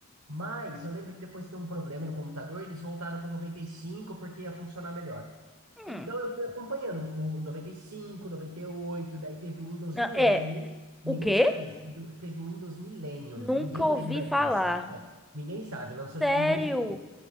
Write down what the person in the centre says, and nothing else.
Hum.
Não,
É,
o quê?
Nunca
ouvi
falar.
Sério?